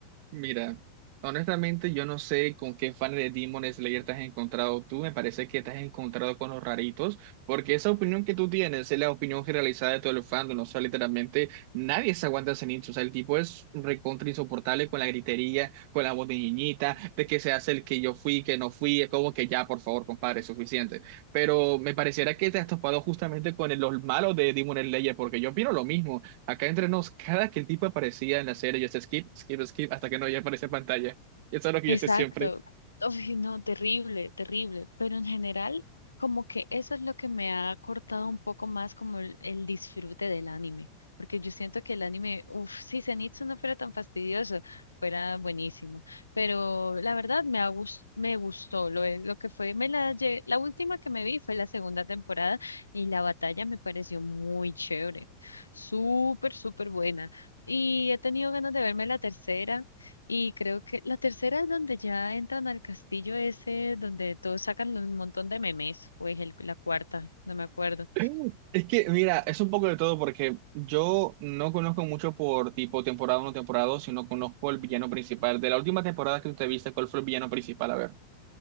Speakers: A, on the right (about 45°); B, on the left (about 80°).
A: Mira, honestamente yo no sé con qué fan de Demon Slayer te has encontrado tú, me parece que te has encontrado con los raritos, porque esa opinión que tú tienes es la opinión generalizada de todo el fandom, o sea, literalmente nadie se aguanta ese nicho, o sea, el tipo es recontra insoportable con la gritería, con la voz de niñita, de que se hace el que yo fui, que no fui, es como que ya, por favor, compadre, es suficiente. Pero me pareciera que te has topado justamente con el- los malos de Demon Slayer, porque yo opino lo mismo. Acá entre nos, cada que el tipo aparecía en la serie, yo hacía skip, skip, skip, hasta que no ya aparece en pantalla. Y Eso es lo que
B: Exacto.
A: yo hice siempre.
B: Uy, no, terrible, terrible. Pero en general, como que eso es lo que me ha cortado un poco más como el, el disfrute del anime. Porque yo siento que el anime, uff, si Zenitsu no fuera tan fastidioso, fuera buenísimo. Pero la verdad me ha gus- me gustó lo, eh, lo que fue. Me la, lle- la última que me vi fue la segunda temporada y la batalla me pareció muy chévere. Súper, súper buena. Y he tenido ganas de verme la tercera. Y creo que la tercera es donde ya entran al castillo ese, donde todos sacan un montón de memes, pues el, la cuarta, no me acuerdo.
A: <laughs> Es que, mira, es un poco de todo porque yo no conozco mucho por tipo temporada uno temporada 2 sino conozco el villano principal. De la última temporada que tú te viste, ¿cuál fue el villano principal? A ver.